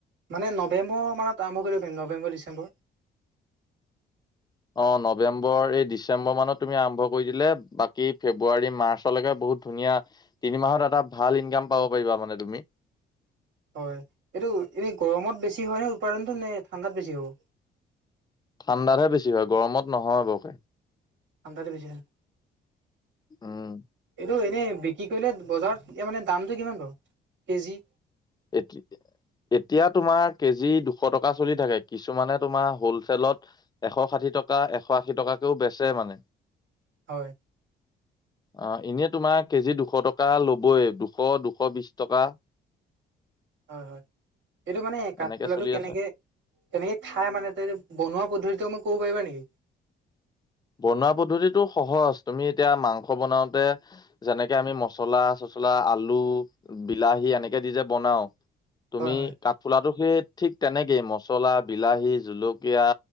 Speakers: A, on the right; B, on the left.
A: মানে নৱেম্বৰ মানত আৰম্ভ কৰিব পাৰি নৱেম্বৰ - ডিচেম্বৰ।
B: অ নৱেম্বৰ এই ডিচেম্বৰ মানত তুমি আৰম্ভ কৰি দিলে বাকী ফেব্ৰুৱাৰী - মাৰ্চলেকে বহুত ধুনীয়া, তিনি মাহত এটা ভাল ইনকাম পাব পাৰিবা মানে তুমি।
A: হয়, এইটো এনে গৰমত বেছি হয় নে উৎপাদনটো নে ঠাণ্ডাত বেছি হ'ব?
B: ঠাণ্ডাতহে বেছি হয়, গৰমত নহয় বৰকে।
A: ঠাণ্ডাতে বেছি হয়,
B: উম
A: এইটো এনেই বিক ক্ৰি কৰিলে বজাৰত মানে দামটো কিমান বাৰু কেজি?
B: এইট এতিয়া তোমাৰ কেজি দুশ টকা চলি থাকে, কিছুমানে তোমাৰ হলচেলত এশ ষাঠি টকা এশ আশী টকাকেও বেচে মানে।
A: হয়।
B: <inaudible> অ এনেই তোমাৰ কেজি দুশ টকা ল'বই দুশ দুশ বিশ টকা।
A: হয় হয় এইটো মানে কাঠফুলাটো
B: এনেকে চলি
A: কেনেকে
B: আছে
A: কেনেকে খাই মানে ত বনোৱা পদ্ধতিটো মোক ক'ব পাৰিবা নিকি
B: বনোৱা পদ্ধতিটো সহজ তুমি এতিয়া মাংস বনাওতে যেনেকে আমি মচলা চচলা আলু বিলাহী এনেকে দি যে বনাও তুমি
A: হয় হয়
B: কাঠফুলাটো সেই ঠিক তেনেকেই মচলা বিলাহী জলকীয়া